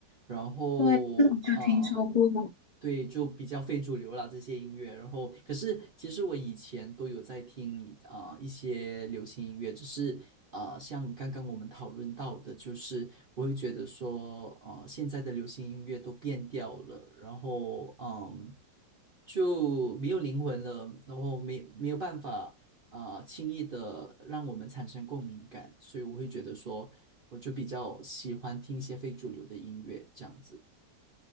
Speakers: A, on the right; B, on the left.
A: 然后嗯，
B: 对，这种就听说过。
A: 对，就比较非主流啦这些音乐。然后，可是其实我以前都有在听啊、一些流行音乐，只是啊、像刚刚我们讨论到的，就是我会觉得说，啊、现在的流行音乐都变调了，然后嗯。就没有灵魂了，然后没没有办法啊、呃轻易的让我们产生共鸣感，所以我会觉得说，我就比较喜欢听一些非主流的音乐这样子。